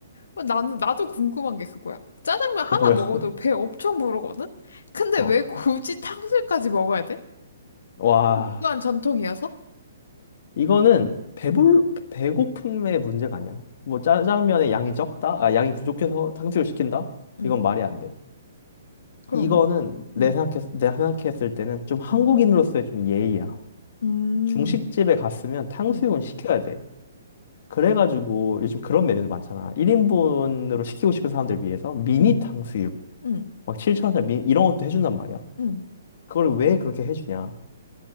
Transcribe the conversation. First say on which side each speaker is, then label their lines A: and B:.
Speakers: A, on the left; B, on the left.
A: 어, 나는, 나도 궁금한 게 그거야. 짜장면 하나
B: 어, 뭐야?
A: 먹어도
B: <laughs>
A: 배 엄청 부르거든? 근데
B: 어.
A: 왜
B: 어.
A: 굳이 탕수육까지 먹어야 돼?
B: 와,
A: 그냥 유교한 전통이어서?
B: 이거는 배불 배고픔의 문제가 아니야. 뭐 짜장면의 양이 적다, 아 양이 부족해서 탕수육 시킨다?
A: 응.
B: 이건 말이 안 돼.
A: 그러면?
B: 이거는 내
A: 응,
B: 생각했 내가 생각했을 때는 좀 한국인으로서의
A: 응,
B: 좀 예의야.
A: 음,
B: 중식집에 갔으면 탕수육은
A: 응,
B: 시켜야 돼. 그래가지고 요즘 그런 메뉴도 많잖아. 1인분으로 시키고 싶은 사람들 위해서 미니
A: 응,
B: 탕수육,
A: 응,
B: 막 7,000원 미 이런 것도 해준단 말이야.
A: 응.
B: 그걸 왜 그렇게 해주냐?